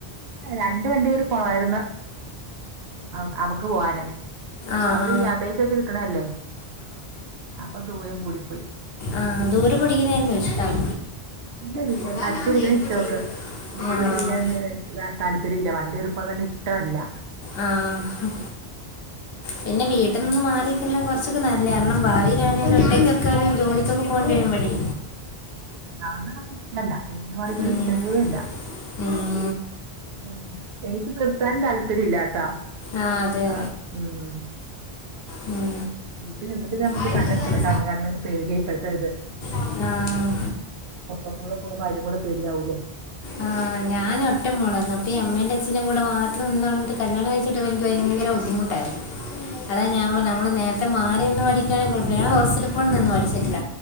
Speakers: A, on the right (about 85°); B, on the left (about 70°).
A: രണ്ട് വണ്ടിര് പോവായിരുന്നു അവ അവക്ക് പോവാന്
B: ആഹാ
A: നമ്മൾ ഈ അപേക്ഷ വെച്ച് കിട്ടണല്ലേ അപ്പൊ ദൂരം കൂടിപ്പോയി
B: ആഹ് ദൂരെ പഠിക്കുന്നായിരുന്നോ ഇഷ്ടം
A: ഇല്ല
B: അതാ
A: അടുത്ത്
B: ഞാൻ
A: പഠിക്കണ
B: ഇപ്പൊ
A: ഇഷ്ടമവൾക്ക്
B: ചെയ്തത്
A: ദൂരെ
B: ആ
A: പഠിക്കാ ല്ല താല്പര്യം ഇല്ല വണ്ടി കേറി പോണേ ഇഷ്ടല്ല
B: ആഹ് പിന്നെ വീട്ടിൽ
A: കിട്ടുന്നിട്ട്
B: നിന്ന് മാറിയിരിക്കുന്ന കൊറച്ചൊക്കെ നല്ല കാരണം ഭാവിയിലാണേലും ഒറ്റക്കൊക്കെ ഒരു ജോലിക്കൊക്കെ പോകണ്ടി വരുംമ്പാഴേ
A: ആഹ് നക്ക് ഇഷ്ടല്ല വീട്ടിന്ന് മാറി നിക്കുന്നത്
B: ഉം.
A: ഇഷ്ടേല്ല
B: ഉം.
A: ഉം എനിക്കും നിർത്താൻ താല്പര്യം ഇല്ലട്ടാ
B: ആ അതെ അതെ
A: ആഹ് ഉം
B: ഉം
A: വീട്ടിൽ നിന്നിട്ട് നമുക്ക്
B: അതിനൊരു
A: കണ്ണെത്ത ക കണ്ണ് പേടിയ ഇപ്പോഴത്തെത്
B: ആഹ്
A: പൊറത്ത് കൂടെ പോകുമ്പോ അതിലും കൂടെ പേടിയാവൂലേ
B: ആഹ് ഞാന് ഒറ്റ മോളാ എന്നിട്ട് ഈ അമ്മയും അച്ഛൻ്റെയും കൂടെ മാത്രം നിന്ന് പറഞ്ഞിട്ട് കല്യാണം കഴിച്ചിട്ട് എനിക്ക് ബുദ്ധിമുട്ടായിരുന്നു അതാ ഞാൻ പറഞ്ഞ് നമ്മള് നേരത്തെ മാറി നിന്ന് പഠിക്കാണെങ്കിൽ കൊഴപ്പല്ല ഞാൻ ഹോസ്റ്റലിൽ പൊലും നിന്ന് പഠിച്ചിട്ടില്ല